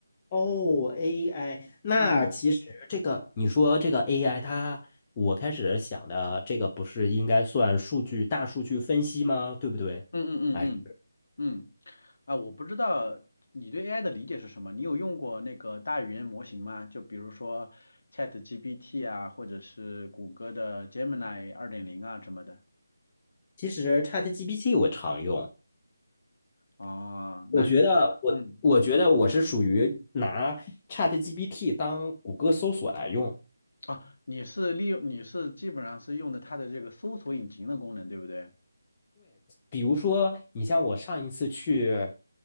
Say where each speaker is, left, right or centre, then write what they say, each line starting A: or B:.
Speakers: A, on the left (about 25°); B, on the left (about 60°).
A: 哦，AI，那其实这个你说这个
B: 嗯
A: AI，它我开始想的这个不是应该算数据大数据分析吗？对不对？
B: 嗯嗯嗯嗯嗯，
A: 还是
B: 啊，我不知道你对 AI 的理解是什么？你有用过那个大语言模型吗？就比如说 ChatGPT 啊，或者是谷歌的 Gemini 二点零啊什么的。
A: 其实 ChatGPT 我常用。
B: 哦，
A: 我觉得我我觉得我是属于拿
B: 那你。嗯。
A: ChatGPT 当谷歌搜索来用。
B: 啊，你是利用你是基本上是用的它的这个搜索引擎的功能，对不对？
A: 比如说，你像我上一次去